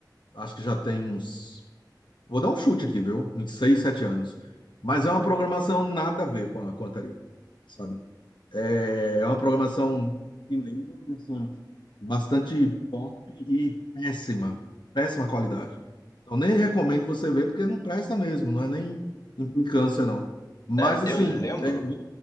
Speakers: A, on the left; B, on the left.
A: acho que já tem uns. Vou dar um chute aqui, viu? Uns seis, sete anos. Mas é uma programação nada a ver com a, com a anterior, sabe? É, é uma programação mineira, assim, bastante pop e péssima, péssima qualidade. Então nem recomendo você ver, porque não presta mesmo, não é nem implicância, não. Mas
B: É, eu
A: assim,
B: lembro.
A: é,